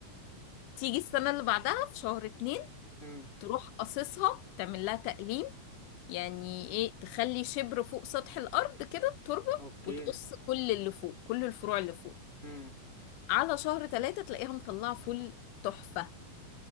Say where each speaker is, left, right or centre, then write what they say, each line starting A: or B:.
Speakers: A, on the left; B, on the left.
A: تيجي السنة اللي بعدها في شهر اتنين
B: مم.
A: تروح قصصها تعمل لها تقليم يعني ايه تخلي شبر فوق سطح الأرض كده التربة
B: اوكي
A: وتقص كل اللي فوق كل الفروع اللي فوق
B: مم.
A: على شهر تلاتة تلاقيها مطلعة فل تحفة